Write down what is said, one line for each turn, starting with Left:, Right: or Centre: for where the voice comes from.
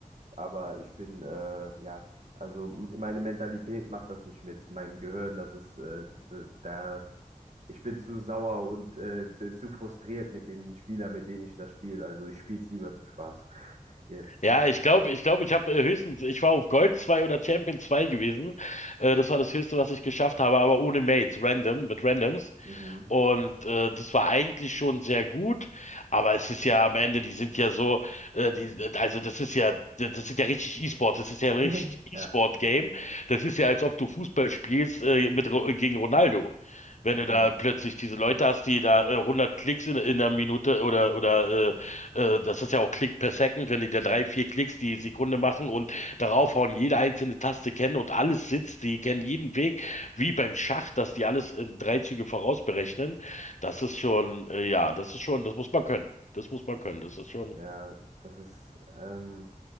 Right: Aber ich bin, äh, ja, also m- meine Mentalität macht das nicht mit. Mein Gehirn, das ist, äh, d- d- da, ich bin zu sauer und äh, zu, zu frustriert mit den Spielern, mit denen ich das spiele. Also ich spiele es lieber zum Spaß. <laughs> Jetzt.
Left: Ja, ich glaube, ich glaube, ich habe äh, höchstens, ich war auf Gold 2 oder Champion 2 gewesen. Äh, das war das Höchste, was ich geschafft habe, aber ohne Mates, random, mit Randoms.
Right: Mhm.
Left: Und äh, das war eigentlich schon sehr gut, aber es ist ja am Ende, die sind ja so, äh, die, also das ist ja, das ist ja richtig E-Sport, das ist ja ein richtig
Right: <laughs>
Left: E-Sport-Game.
Right: Ja.
Left: Das ist ja, als ob du Fußball spielst äh, mit, Ro- gegen Ronaldo. Wenn du
Right: Mhm.
Left: da plötzlich diese Leute hast, die da äh, 100 Klicks in, in einer Minute oder, oder äh, äh, das ist ja auch Klick per Second, wenn die da drei, vier Klicks die Sekunde machen und darauf hauen jede einzelne Taste kennen und alles sitzt, die kennen jeden Weg wie beim Schach, dass die alles in drei Züge vorausberechnen, das ist schon, äh, ja, das ist schon, das muss man können. Das muss man können. Das ist schon,
Right: Ja, das ist ähm,